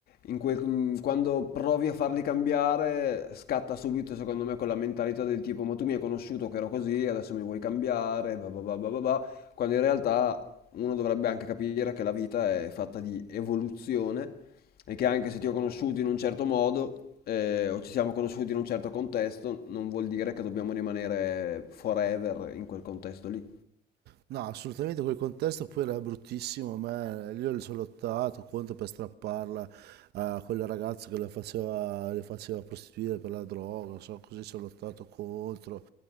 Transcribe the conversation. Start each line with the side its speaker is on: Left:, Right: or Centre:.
Left: in quel- in- quando provi a farli cambiare, scatta subito secondo me quella mentalità del tipo ma tu mi hai conosciuto che ero così, adesso mi vuoi cambiare, bah bah bah bah bah bah", quando in realtà uno dovrebbe anche capire che la vita è fatta di evoluzione e che anche se ti ho conosciuto in un certo modo eh, o ci siamo conosciuti in un certo contesto, non vuol dire che dobbiamo rimanere forever in quel contesto lì.
Right: No, assolutamente quel contesto poi era bruttissimo, ma io le sono lottato contro per strapparla a quel ragazzo che la faceva, le faceva prostituire per la droga, so, così ci ho lottato contro, ho